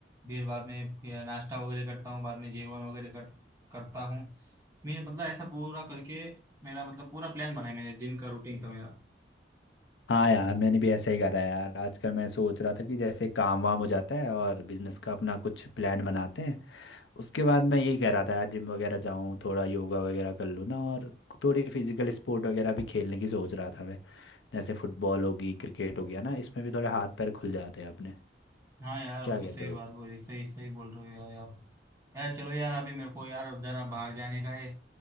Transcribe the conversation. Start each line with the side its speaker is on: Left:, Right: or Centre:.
Right: फिर बाद में फिर नाश्ता वगैरह करता हूँ बाद में जेवन वगैरह कर, करता हूँ मेरे मतलब ऐसा पूरा करके मेरा मतलब पूरा प्लान बना है मेरे दिन का रूटीन का मेरा
Left: हाँ यार मैंने भी ऐसा ही करा है यार आजकल मैं सोच रहा था कि जैसे काम वाम हो जाता है और बिजनेस का अपना कुछ प्लान बनाते हैं उसके बाद मैं यही कह रहा था यार जिम वगैरह जाऊँ थोड़ा योगा वगैरह कर लूँ ना और थोड़ी फिजिकल स्पोर्ट वगैरह भी खेलने की सोच रहा था मैं जैसे फुटबॉल होगी क्रिकेट हो गया ना इसमें भी थोड़े हाथ पैर खुल जाते हैं अपने
Right: हाँ यार
Left: क्या
Right: वो तो
Left: कहते
Right: सही
Left: हो
Right: बात बोली सही सही बोल रहे हो यार आप यार चलो यार अभी मेरे को यार जरा बाहर जाने का है